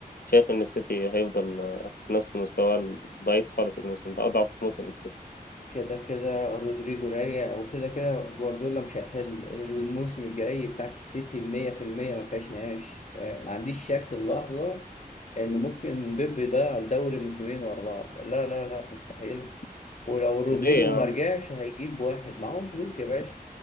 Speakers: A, on the left; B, on the left.
A: شايف إن السيتي هيفضل آه، نفس مستواه الضعيف خالص الموسم ده أضعف موسم السيتي
B: كده كده رودريجو راجع وكده كده جوارديولا مش هيحل الموسم الجاي بتاعت السيتي 100% ما فيهاش نقاش ما عنديش شك اللحظة إن ممكن بيب يضيع الدوري موسمين ورا بعض لا لا لا مستحيل ولو رودريجو
A: ليه يا
B: ما
A: عم
B: رجعش هيجيب واحد معاهم فلوس يا باشا